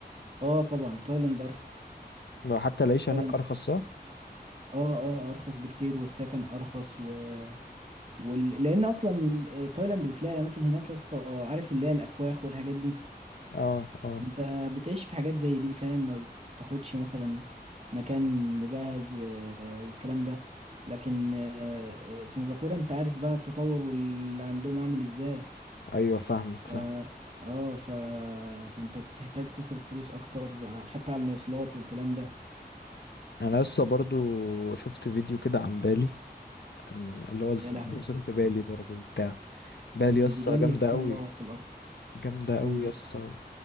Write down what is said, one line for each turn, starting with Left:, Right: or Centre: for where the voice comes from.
Right: اه طبعا تايلاند ارخص
Left: وحتى العيشة
Right: تايلاند
Left: هناك أرخص صح؟
Right: اه اه ارخص بكتير والسكن ارخص و... وال... لان اصلا آه، تايلاند بتلاقي اماكن هناك يا اسطى آه، عارف اللي هي الاكواخ والحاجات دي
Left: اه اه
Right: انت بتعيش في حاجات زي دي فاهم ما بتاخدش مثلا مكان مجهز و... والكلام ده لكن آه، آه، سنغافورة انت عارف بقى التطور اللي عندهم عامل ازاي
Left: ايوه فاهمك
Right: ف
Left: فاهم
Right: اه ف... فانت بتحتاج تصرف فلوس اكتر ع- حتى على المواصلات والكلام ده
Left: انا لسه برضو شفت فيديو كده عن بالي عن- اللي هو ازاي
Right: يا لهوي
Left: وصلت بالي برضو بتاع بالي
Right: دي
Left: يسطا
Right: دي جنة
Left: جامدة قوي
Right: الله في الارض
Left: جامدة قوي
Right: امم
Left: يسطا